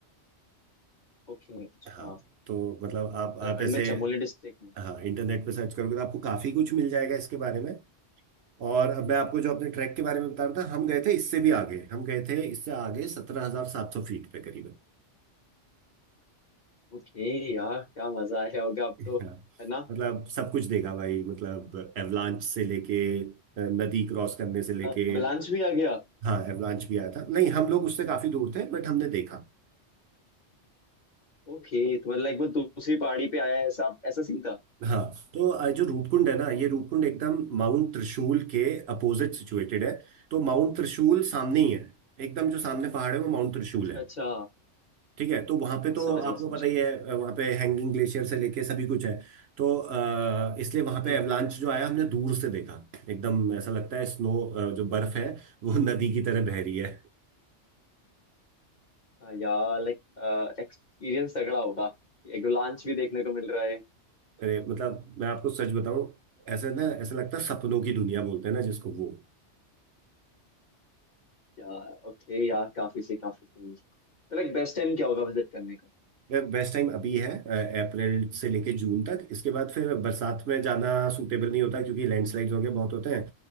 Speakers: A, on the left; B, on the right.
A: ओके अच्छा
B: हाँ तो मतलब आप
A: उत्तराखंड
B: आप ऐसे
A: में चमोली डिस्ट्रिक्ट में
B: हाँ इंटरनेट पे सर्च करोगे तो आपको काफी कुछ मिल जाएगा इसके बारे में और अब मैं आपको जो अपने ट्रैक के बारे में बता रहा था हम गए थे इससे भी आगे हम गए थे इससे आगे सत्रह हजार सात सौ फीट पे करीबन
A: ओके यार क्या मजा आया होगा आपको
B: <laughs> हाँ,
A: है ना
B: मतलब सब कुछ देखा भाई मतलब एवलांच से लेके अ, नदी क्रॉस करने से लेके
A: अवलांच भी आ गया
B: हाँ एवलांच भी आया था नहीं हम लोग उससे काफी दूर थे बट हमने देखा
A: ओके तो मतलब लाइक वो दूसरी पहाड़ी पे आया है, ऐसा ऐसा सीन था
B: हाँ तो अ, जो रूपकुंड है ना ये रूपकुंड एकदम माउंट त्रिशूल के अपोजिट सिचुएटेड है तो माउंट त्रिशूल सामने ही है एकदम जो सामने पहाड़ है वो माउंट त्रिशूल
A: अच्छा
B: है
A: अच्छा
B: ठीक है तो वहां पे
A: हाँ
B: तो
A: समझ गया
B: आपको
A: समझ
B: पता ही
A: गया
B: है अ, वहां पे हैंगिंग ग्लेशियर से लेके सभी कुछ है तो अ, इसलिए वहां
A: हम्म हम्म
B: पे एवलांच
A: हम्म हम्म।
B: जो आया हमने दूर से देखा एकदम ऐसा लगता है स्नो जो बर्फ है वो <laughs> नदी की तरह बह रही है
A: हाँ यार लाइक एक्सपीरियंस तगड़ा होगा एग्लांच भी देखने को मिल रहा है
B: अरे मतलब मैं आपको सच बताऊं ऐसे ना ऐसा लगता है सपनों की दुनिया बोलते हैं ना जिसको वो
A: यार ओके यार काफी सही काफी सही तो लाइक बेस्ट टाइम क्या होगा विजिट करने का
B: यार बेस्ट टाइम अभी है अ, अप्रैल से लेके जून तक इसके बाद फिर बरसात में जाना सूटेबल नहीं होता क्योंकि लैंडस्लाइड्स वगैरह बहुत होते हैं